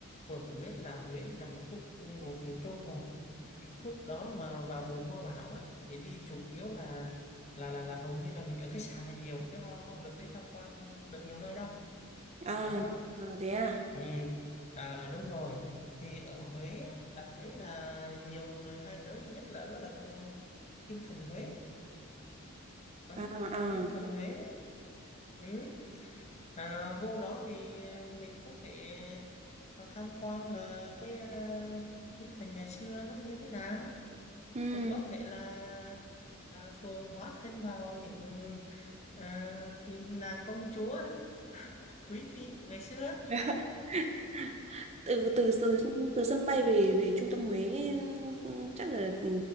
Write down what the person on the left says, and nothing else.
Phường cũng biết là Huế nằm ở khúc thuộc miền Trung rồi. Cái khúc đó mà vào mùa mưa bão á thì đi chủ yếu là là là là hầu như là mình ở khách sạn là nhiều chứ không, không được đi tham quan được nhiều nơi đâu.
Đó
Ừ, à, đúng rồi thì ở Huế á, đã thấy là nhiều người hay tới nhất là đó là cái Kinh Thành Huế đó
Kinh Thành Huế á. ừ. à, vô đó thì à, mình có thể à, tham quan là cái à, Kinh Thành ngày xưa nó như thế nào
cũng có thể là à, phường hóa thân vào những à, những nàng công chúa quý phi của ngày xưa